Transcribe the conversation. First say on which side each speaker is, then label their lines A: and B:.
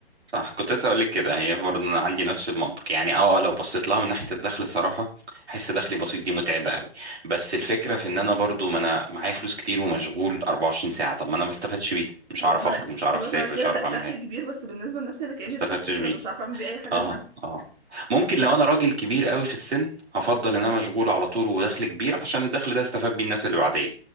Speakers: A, on the right (about 85°); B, on the right (about 45°).
A: صح كنت لسه اقول لك كده هي برضه انا عندي نفس المنطق يعني اه لو بصيت لها من ناحيه الدخل الصراحه احس دخلي بسيط دي متعبه قوي بس الفكره في ان انا برضه ما انا معايا فلوس كتير ومشغول 24 ساعه طب ما انا ما استفدتش بيها مش
B: بالظبط
A: هعرف
B: ما
A: اخرج
B: انا
A: مش هعرف
B: بالظبط
A: اسافر
B: ما انا
A: مش
B: كده
A: هعرف
B: د-
A: اعمل
B: دخل
A: حاجه
B: كبير بس بالنسبة لنفسي انا كأني
A: ما استفدتش
B: دخل صفر
A: بيه
B: انا مش عارفة اعمل بيه اي حاجة
A: اه
B: لنفسي
A: اه ممكن لو انا راجل كبير قوي في السن هفضل ان انا مشغول على طول ودخل كبير عشان الدخل ده استفاد بيه الناس اللي بعديه